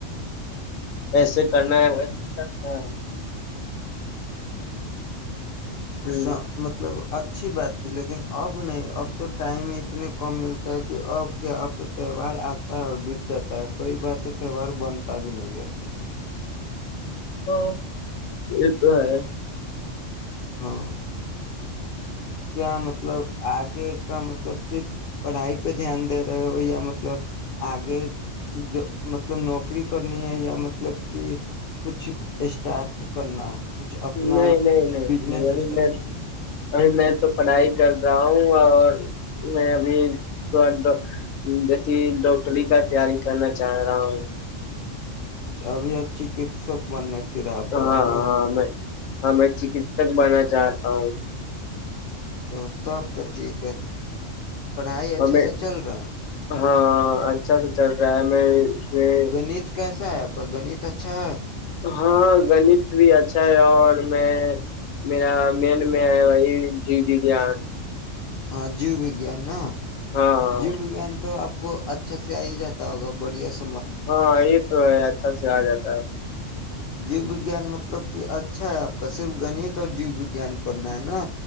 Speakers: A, on the left; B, on the left.
A: جیسے کرنا ہے ویسے کرنا ہے ہے
B: ایسی مطلب اچھی بات تھی لیکن اب نہیں اب تو ٹائم ہی اتنے کم ملتا ہے کہ اب کیا اب تو تہوار آتا ہے اور بیت جاتا ہے کئی بار تو تہوار بنتا بھی نہیں ہے اچھے سے
A: حان یہ تہ ہیں
B: حان کیا مطلب آگے کا مطلب صرف پڑھائی پہ دھیان دے رہے ہو یا مطلب آگے جو مطلب نوکری کرنی ہے یا مطلب کہ کچھ اسٹارٹ کرنا ہے کچھ اپنا
A: نہیں نہیں نہیں
B: بجنس
A: نہیں ابھی
B: اسٹارٹ
A: میں
B: کرنا
A: ابھی میں تو پڑھائی کر رہا ہوں اور میں ابھی تھوڑ جیسی ڈوٹری کا تیاری کرنا چاہ رہا ہوں
B: ابھی آپ چکتسک م کررا پڑے
A: ہاں
B: نا
A: ہاں میں ہاں میں چکسک بنا چاہتا ہوں
B: ا تب تو ٹھیک ہے پڑھائی
A: اور
B: اچھا
A: میں
B: سے چل رہا ہے
A: ہاں اچھا سے چل رہا ہے میں اس میں
B: گنت کیسا آپ کا گنیت اچھا ہے
A: ہاں گنیت بھی اچھا ہے اور میں میرا مین میں ہے وہی جی وی گان
B: ہاں جی وگیان
A: ہاں
B: جی وگیان تو کو اچھا سے آ ہی جاتا ہوگا بڑھیا سے
A: ہاں یہ تو ہے اچھا سے آ جاتا ہے
B: جی وگیان مطلب کہ اچھا ہے آپ کا صرف گنیت اور جی وگیان پڑھنا ہے نا